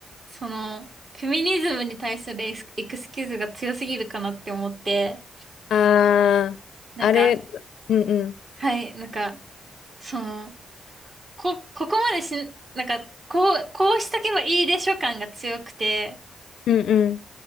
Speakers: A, on the right (about 50°); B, on the left (about 75°).
A: その、フェミニズムに対するエスエクスキューズが強すぎるかなって思って、
B: あー、
A: なんか、
B: あれ、うんうん。
A: はい、なんか、その、こ、ここまでし、なんか、こう、こうしとけばいいでしょ感が強くて、
B: うんうん。